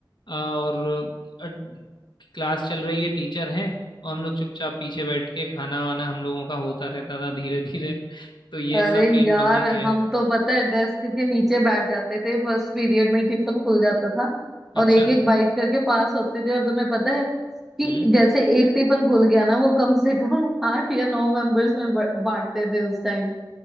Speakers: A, on the left; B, in the centre.
A: अ, और अ, क्लास चल रही है टीचर हैं और हम लोग चुपचाप पीछे बैठ के खाना वाना हम लोगों का होता रहता था धीरे धीरे तो ये
B: अरे
A: सब भी हम
B: यार
A: लोग ने किया
B: हम
A: है
B: तो पता है डेस्क के नीचे बैठ जाते थे फर्स्ट पीरियड में ही टिफिन खुल जाता था
A: अच्छा
B: और एक एक बाइट करके पास होते थे और तुम्हें पता है कि
A: हम्म
B: जैसे एक टिफिन खुल गया ना वो कम से कम <laughs> आठ या नौ मेंबर्स में ब- बांटते थे उस टाइम